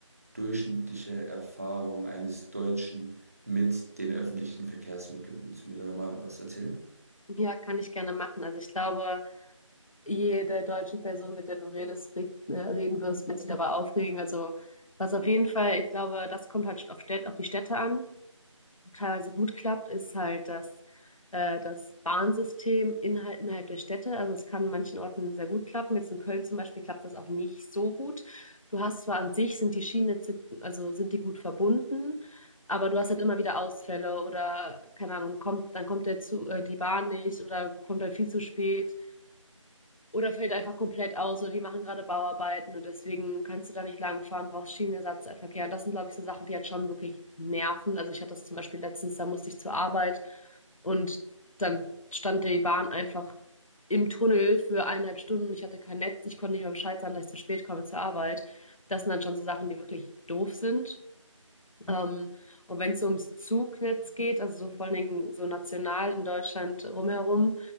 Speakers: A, on the right; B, on the left.
A: durchschnittliche Erfahrung eines Deutschen mit den öffentlichen Verkehrsmitteln? Willst du mir da mal was erzählen?
B: Ja, kann ich gerne machen. Also ich glaube, jede deutsche Person, mit der du redest, reg- äh, reden wirst, wird sich dabei aufregen. Also was auf jeden Fall, ich glaube, das kommt halt auf Städt- auf die Städte an. teilweise gut klappt, ist halt das, äh, das Bahnsystem innerhalb, innerhalb der Städte. Also es kann an manchen Orten sehr gut klappen. Jetzt in Köln zum Beispiel klappt das auch nicht so gut. Du hast zwar an sich sind die Schienennetze, also sind die gut verbunden, aber du hast halt immer wieder Ausfälle oder keine Ahnung, kommt, dann kommt der zu, äh, die Bahn nicht oder kommt halt viel zu spät. Oder fällt einfach komplett aus oder die machen gerade Bauarbeiten und deswegen kannst du da nicht langfahren, brauchst Schienenersatzverkehr. Und das sind, glaube ich, so Sachen, die halt schon wirklich nerven. Also ich hatte das zum Beispiel letztens, da musste ich zur Arbeit und dann stand die Bahn einfach im Tunnel für eineinhalb Stunden. Ich hatte kein Netz, ich konnte nicht mal Bescheid sagen, dass ich zu spät komme zur Arbeit. Das sind dann schon so Sachen, die wirklich doof sind. Ähm, und wenn es so ums Zugnetz geht, also so vor allen Dingen so national in Deutschland rumherum,